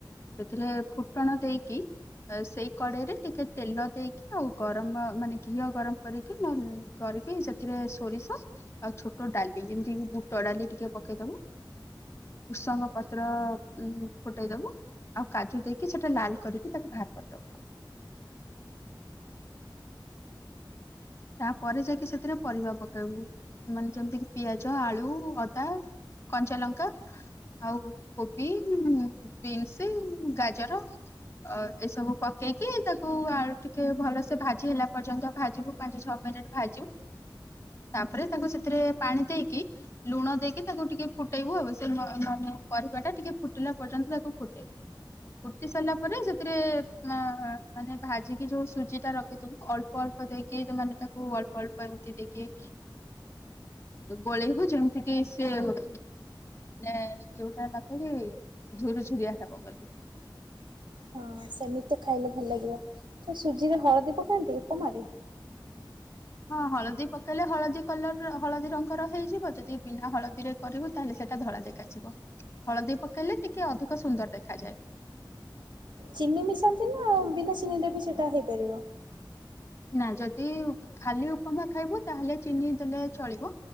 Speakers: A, on the left; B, on the right.
A: ସେଥିରେ ଫୁଟଣ ଦେଇକି ସେଇ କଡେଇରେ ଟିକେ ତେଲ ଦେଇକି ଆଉ ଗରମ ମାନେ ଘିଅ ଗରମ କରିକି ନ ଲେ କରିକି ସେଥିରେ ସୋରିଷ ଆଉ ଛୋଟ ଡାଲି ଯେମିତିି ବୁଟ ଡାଲି ଟିକେ ପକେଇ ଦବୁ, ଭୃଷଙ୍ଗ ପତ୍ର ଉ ଫୁଟେଇ ଦବୁ। ଆଉ କାଜୁ ଦେଇକି ସେଟା ଲାଲ କରିକି ତାକୁ ବାହାର କରିଦବୁ। ତାପରେ ଯାଇକି ସେଥିରେ ପରିବା ପକେଇବୁ ମାନେ ଯେମିତି କି ପିଆଜ, ଆଳୁ, ଅଦା, କଞ୍ଚା ଲଙ୍କା ଆଉ କୋବି। ଉଁ ବିନ୍ସ ଗାଜର ଏସବୁ ପକେଇକି ତାକୁ ଆଉ ଟିକେ ଭଲସେ ଭାଜି ହେଲା ପର୍ଯ୍ୟନ୍ତ ଭାଜିବୁ। ପାଞ୍ଚ ଛଅ ମିନିଟ ଭାଜିବୁ। ତା ପରେ ତାକୁ ସେଥିରେ ପାଣି ଦେଇକି ଲୁଣ ଦେଇକି ତାକୁ ଟିକେ ଫୁଟେଇବୁ। ଆଉ ସେ ମାନେ ପରିବା ଟା ଟିକେ ଫୁଟିଲା ପର୍ଯ୍ୟନ୍ତ ତାକୁ ଫୁଟେଇବୁ ଫୁଟି ସାରିଲା ପରେ ସେଥିରେ ମାନେ ଭାଜିକି ଯୋଉ ସୁଜି ଟା ରଖିଥିବୁ ଅଳ୍ପ ଅଳ୍ପ ଦେଇ କି ମାନେ ତାକୁ ଅଳ୍ପ ଅଳ୍ପ ଏମତି ଦେଇକି ଗୋଳେଇବୁ ଯେମିତି କିି ସେ ମାନେ ଯୋଉଟା ନଥାଏ କିି ଝୁରୁଝୁରିଆ ହବ ବୋଲି।
B: ହଁ ସେମିତି ଖାଇଲେ ଭଲ ଲାଗିବ ସୁଜିରେ ହଳଦୀ ପକାନ୍ତି ଉପମାରେ?
A: ହଁ ହଳଦୀ ପକେଇଲେ ହଳଦୀ କଲର ହଳଦୀ ରଙ୍ଗର ହେଇଯିବ ଯଦି ବିନା ହଳଦୀରେ କରିବୁ ତାହେଲେ ସେଟା ଧଳା ଦେଖାଯିବ ହଳଦୀ ପକେଇଲେ ଟିକେ ଅଧିକ ସୁନ୍ଦର ଦେଖାଯାଏ।
B: ଚିନି ମିଶାନ୍ତି ନାଉ ବିନା ଚିନି ଦେ ବି ସେଟା ହେଇପାରିବ?
A: ନା ଯଦି ଖାଲି ଉପମା ଖାଇବୁ ତାହେଲେ ଚିନି ଦେଲେ ଚଳିବ।